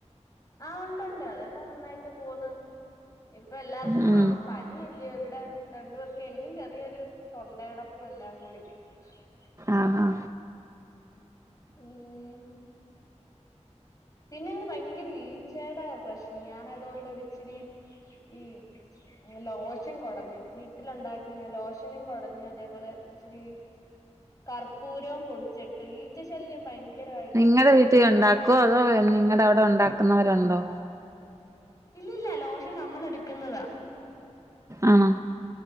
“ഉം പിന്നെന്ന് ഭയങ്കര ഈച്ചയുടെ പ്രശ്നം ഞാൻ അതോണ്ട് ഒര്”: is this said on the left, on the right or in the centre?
Left